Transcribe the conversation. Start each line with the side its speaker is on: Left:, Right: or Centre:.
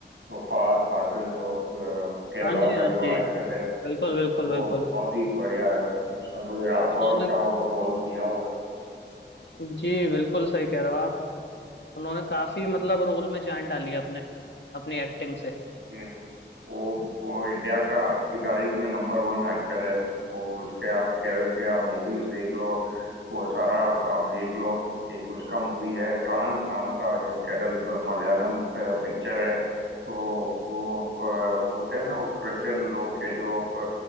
Right: वो फहद फासिल जो अ, केरला
Left: हाँ जी हाँ
Right: का
Left: जी
Right: जो एक्टर है
Left: बिल्कुल बिल्कुल
Right: वो
Left: बिल्कुल
Right: बहुत ही बढ़िया है उसमें कोई राठौर
Left: उन्होंने
Right: का वो रोल किया हुआ
Left: जी बिल्कुल सही कह रहे हो आप उन्होंने काफी मतलब रोल में जान डाली है अपने अपनी एक्टिंग से
Right: है वो वो इंडिया का आज की तारीख में नंबर वन एक्टर है वो उसके आप केरल के आप मूवीज देख लो वो सारा आप, आप देख लो एक उसका मूवी है ट्रांस नाम का जो केरल पे मलयालम पे पिक्चर है तो वो अ, होते हैं ना वो क्रिश्चियन लोग के जो अ,